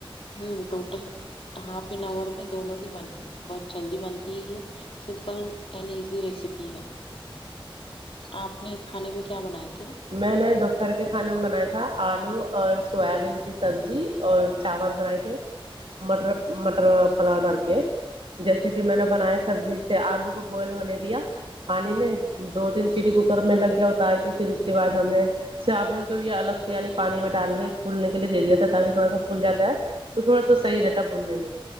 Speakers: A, on the left; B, on the right.
A: ہوں ٹوٹل ہاف این آور میں دونوں بھی بن گئے بہت جلدی بنتی ہے یہ سمپل اینڈ ایزی ریسیپی ہے آپ نے کھانے میں کیا بنائے تھے
B: میں نے دوپہر کے کھانے میں بنایا تھا آلو اور سویا بین کی سبزی اور چاول بنائے تھے مٹر مٹر پلاؤ ڈال کے جیسے کہ میں نے بنایا سبزی سے آلو کو بوائل ہونے دیا پانی میں دو تین سیٹی کوکر میں لگ گیا اتار کے پھر اس کے بعد ہم نے سابن کو بھی الگ سے یعنی پانی میں ڈالنے پھولنے کے لیے دیاتا ہے تاکہ تھوڑا سا پھول جاتا ہے تو تھوڑا سا صحیح رہتا بھوننے میں